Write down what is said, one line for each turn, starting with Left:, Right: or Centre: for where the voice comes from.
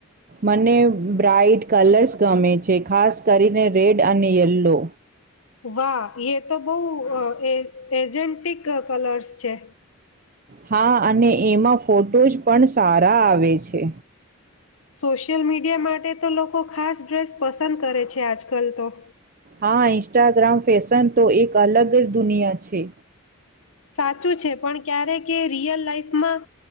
Right: મને બ્રાઈટ કલર્સ ગમે છે ખાસ કરીને રેડ અને યેલ્લો
Left: વાહ એ તો બહ એ એજેન્ટિક કલર્સ છે.
Right: હા અને એમાં ફોટોઝ પણ સારા આવે છે.
Left: સોશિયલ મીડિયા માટે તો લોકો ખાસ ડ્રેસ પસંદ કરે છે આજ કલ તો.
Right: હા ઇન્સ્ટાગ્રામ ફેશન તો એક અલગ જ દુનિયા છે.
Left: સાચું છે પણ ક્યારેક કે રિયલ લાઈફમાં